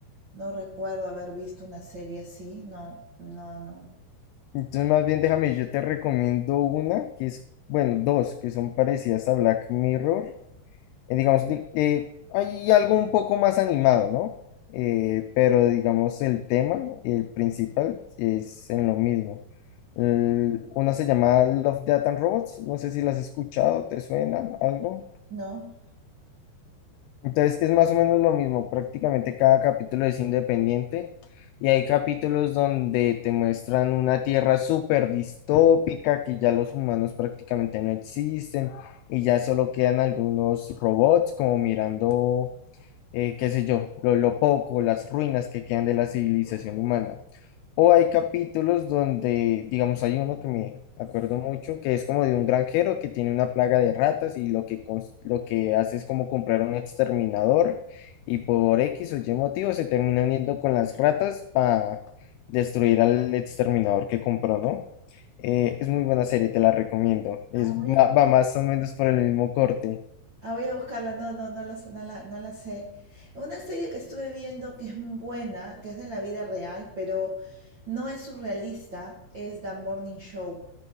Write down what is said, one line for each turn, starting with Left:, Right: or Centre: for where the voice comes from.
Right: No recuerdo haber visto una serie así. No, no, no.
Left: Entonces, más bien déjame, yo te recomiendo una que es, bueno, dos que son parecidas a Black Mirror. Eh, digamos, di- eh, hay algo un poco más animado, ¿no? Eh, pero digamos, el tema, el principal, es en lo mismo. El- una se llama Love, Death and Robots. No sé si las has escuchado, ¿te suena algo?
Right: No.
Left: Entonces es más o menos lo mismo, prácticamente cada capítulo es independiente y hay capítulos donde te muestran una tierra súper distópica, que ya los humanos prácticamente no existen y ya solo quedan algunos robots como mirando, eh, qué sé yo, lo, lo poco, las ruinas que quedan de la civilización humana. O hay capítulos donde, digamos, hay uno que me acuerdo mucho, que es como de un granjero que tiene una plaga de ratas y lo que, cons- lo que hace es como comprar un exterminador y por X o Y motivo se termina uniendo con las ratas para destruir al exterminador que compró, ¿no? Eh, es muy buena serie, te la recomiendo. Es,
Right: Ah,
Left: va,
Right: voy a,
Left: va
Right: voy
Left: más
Right: a-
Left: o menos por el mismo corte.
Right: ah, voy a buscarla. No, no, no la, sé- no la, no la sé. Una serie que estuve viendo que es muy buena, que es de la vida real, pero no es surrealista, es The Morning Show.